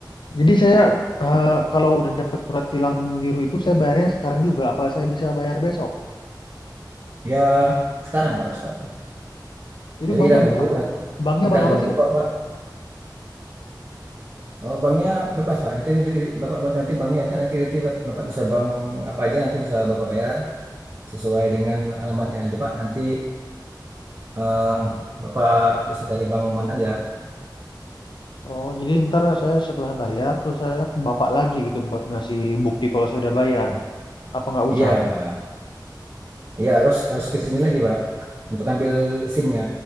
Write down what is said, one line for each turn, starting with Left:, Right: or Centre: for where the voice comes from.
Left: Jadi saya eh, kalau udah dapat surat tilang biru itu saya bayarnya sekarang juga apa saya bisa bayar besok?
Right: Ya, sekarang, Pak, harus, Pak.
Left: Itu
Right: Jadi
Left: banknya
Right: kita tunggu,
Left: bang,
Right: nanti
Left: banknya
Right: kita
Left: bank apa
Right: tunggu,
Left: sih bang?
Right: Bapak. Oh, banknya bebas, Pak. Nanti, nanti- nanti Bapak nanti banknya nanti nanti, nanti Bapak bisa bank apa aja nanti bisa Bapak bayar. sesuai dengan alamatnya itu Pak. Nanti eh, Bapak bisa cari Bang Man aja.
Left: Oh jadi ntar saya setelah bayar terus saya ke bapak lagi gitu buat ngasih bukti kalau saya udah bayar. Apa nggak
Right: Iya
Left: usah?
Right: Pak. Iya harus harus ke sini lagi Pak untuk ambil SIM-nya.